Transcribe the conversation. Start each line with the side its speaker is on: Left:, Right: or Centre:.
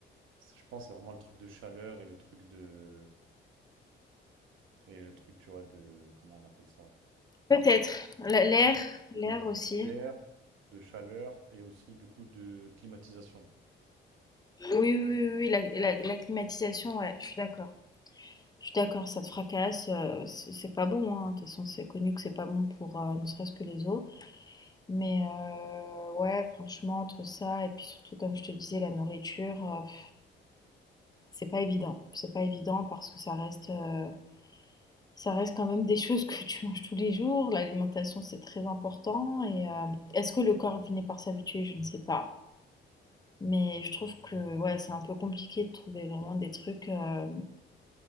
Right: c'est- je pense que c'est vraiment le truc de chaleur et le truc de... Et le truc, tu vois, de... Comment on appelle ça?
Left: Peut-être. La- L'air,
Right: De...
Left: l'air aussi.
Right: D'air, de chaleur et aussi du coup de climatisation.
Left: Oui, oui, oui, oui, la, la- la climatisation, ouais, je suis d'accord. Je suis d'accord, ça te fracasse, euh, c'est c'est pas bon, hein. De toute façon, c'est connu que c'est pas bon pour euh, ne serait-ce que les os. Mais euh, ouais, franchement, entre ça et puis surtout, comme je te disais, la nourriture, euh, pff, c'est pas évident. C'est pas évident parce que ça reste, euh, ça reste quand même des <laughs> choses que tu manges tous les jours. L'alimentation, c'est très important. Et euh, est-ce que le corps finit par s'habituer? Je ne sais pas. Mais je trouve que ouais, c'est un peu compliqué de trouver vraiment des trucs euh,